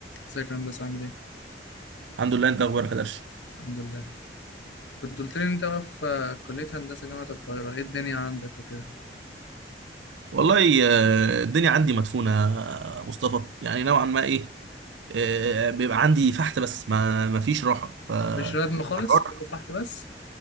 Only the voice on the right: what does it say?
الحمد لله انت اخبارك يا درش
والله آه، الدنيا عندي مدفونة آه، مصطفى يعني نوعا ما ايه آه، بيبقى عندي فحت بس ما ما فيش راحة ف
هتروح